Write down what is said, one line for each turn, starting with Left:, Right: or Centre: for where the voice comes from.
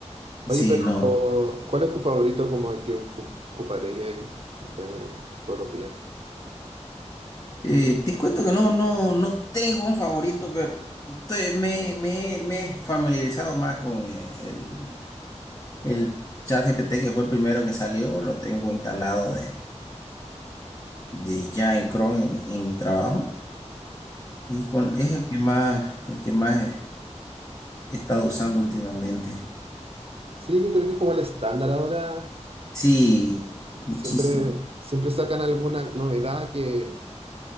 Right: Oye,
Left: Sí,
Right: pero
Left: no.
Right: ¿cuál es tu favorito como que ocu- ocuparía ahí eh, todos los días?
Left: Eh, te cuento que no, no, no tengo un favorito, pero te- me, me, me he familiarizado más con eh, el, el ChatGPT que fue el primero que salió. Lo tengo instalado de, de ya en Chrome en, mi en mi trabajo. Y con, es el que más, el que más he he estado usando últimamente.
Right: Sí, yo creo que es como el estándar ahora.
Left: Sí, muchísimo.
Right: Siempre, siempre sacan alguna novedad que,